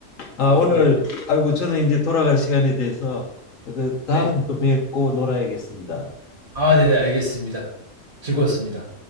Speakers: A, on the left (about 75°); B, on the right (about 50°).
A: 아
B: 아,
A: 오늘
B: 그렇네.
A: 아이고 저는 이제 돌아갈 시간이 돼서 그 다음에
B: 네.
A: 또 뵙고 놀아야겠습니다.
B: 아, 네, 네, 알겠습니다. 즐거웠습니다.